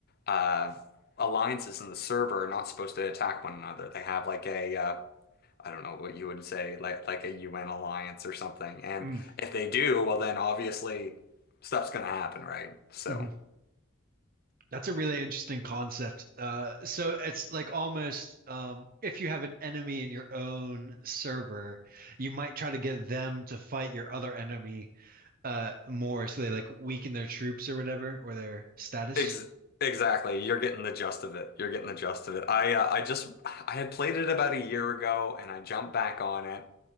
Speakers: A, on the left (about 45°); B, on the right (about 45°).
A: uh alliances in the server are not supposed to attack one another. They have like a uh I don't know what you would say, like like a UN alliance or something. And
B: Mm.
A: if they do, well then obviously stuff's gonna happen, right? So
B: Mhm. That's a really interesting concept. Uh, so it's like almost um, if you have an enemy in your own server, you might try to get them to fight your other enemy uh, more, so they like weaken their troops or whatever or their status.
A: Ex exactly. You're getting the gist of it. You're getting the gist of it. I uh, I just I had played it about a year ago and I jumped back on it